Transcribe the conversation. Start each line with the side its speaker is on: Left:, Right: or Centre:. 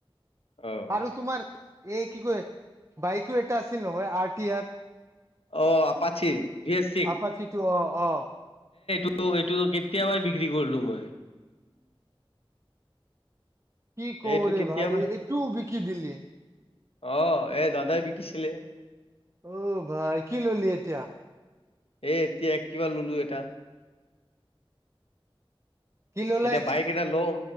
Left: আহ
Right: আৰু তোমাৰ এই কি ক বাইকো এটা আছিল ন আৰ ট আৰ
Left: অ আপাচি গিছ।
Right: আপাচিটো অ অ।
Left: ত এইটোতো কেতিয়াবাই বিক্ৰী কৰলো মই।
Right: কি কওঁ
Left: এইটো
Right: ৰে
Left: কেতিয়াবা
Right: ভাই এইটোও বিকি দিলি।
Left: অ এ দাদাই বিকিছিলে।
Right: অ ভাই কি ল'লি এতিয়া?
Left: এ এতিয়া কিবা ললো এটা।
Right: কি ললা
Left: এতিয়া বাইক এটা লম